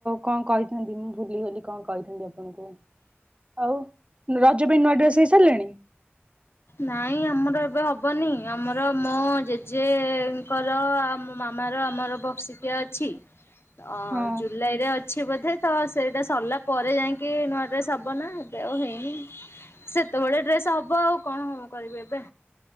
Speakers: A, on the right (about 30°); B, on the left (about 65°).
A: କଣ କହିଛନ୍ତି ମୁଁ ଭୁଲିଗଲି କଣ କହିଛନ୍ତିଣ ଆଙ୍କୁ ଆଉ ରଜ ବି ନୂଆ ଡ୍ରେସ ହେଇସାରିଲେଣି
B: ନାଇଁ ଆମର ଏବେ ହବନି ଆମର ମୋ ଜେଜେଙ୍କର ଆ ମୋ ମାମାର ଆମର ବକ୍ସିକିଆ ଅଛି। ଅ
A: ହଁ
B: ଜୁଲାଇ ରେ ଅଛି ବୋଧେ ତ ସେଇଟା ସରିଲା ପରେ ଯାଇକି ନୂଆ ଡ୍ରେସ୍ ହବ ନା ଏବେ ଆଉ ହେଇନି ସେତେବେଳେଆ ଡ୍ରେସ୍ ହବ ଆଉ କଣ କମ କରିବି ଏବେ